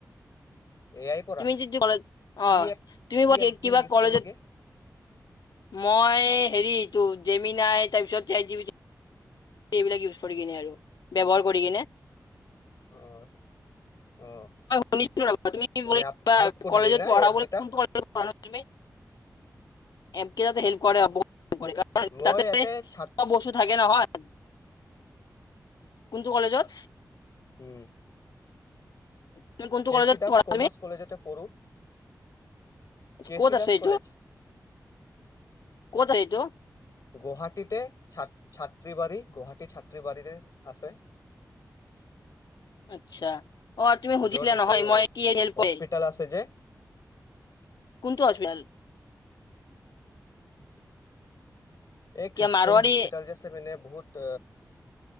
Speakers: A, on the left (about 60°); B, on the left (about 75°).
A: এয়াই পৰা
B: তুমি যিটো কলেজ,
A: কি
B: অ'
A: এপ
B: তুমি
A: কি এপ দি
B: কিবা
A: ইউজ
B: কলেজত
A: কৰিকে
B: মই হেৰিটো জেমিনাই, তাৰপিছত চাটজিপিটি এইবিলাক ইউজ কৰি কিনে আৰু। ব্যৱহাৰ কৰি কিনে।
A: অ'। অ
B: শুনিছো ৰ'বা <unintelligible> তুমি
A: মানে হেল্প কৰি
B: কলেজে
A: দিয়ে না
B: পঢ়া
A: এই এপকেইটা
B: বোলে? কোনটো কলেজত পঢ়া? <unintelligible> এপ কি যাতে হেল্প কৰে আৰু বহুত কৰে কাৰণ
A: মই
B: তাতে,
A: ইয়াতে
B: চব
A: ছাত
B: বস্তু থাকে নহয়! কোনটো কলেজত?
A: উম।
B: তুমি কোনটো
A: কেচি
B: কলেজত
A: দাস
B: পঢ়া
A: কমাৰ্চ
B: তুমি
A: কলেজতে পঢ়ো। কে
B: ক'ত
A: চি দাস
B: আছে এইটো
A: কলেজ।
B: ক'ত আছে এইটো?
A: গুহাটীতে। ছাত্ৰীবাৰী, গুহাটী ছাত্ৰীবাৰীৰে আছে।
B: আচ্ছা। অ' তুমি সুধিছিলা
A: য'ত এইটো
B: নহয় মই কি হেল্প <unintelligible>
A: হস্পিতাল আছে যে
B: কোনটো আজমাল?
A: এই খ্ৰীষ্টিয়ান
B: কিয় মাৰোৱাৰী
A: হস্পিটেল যে আছে মানে বহুত, ত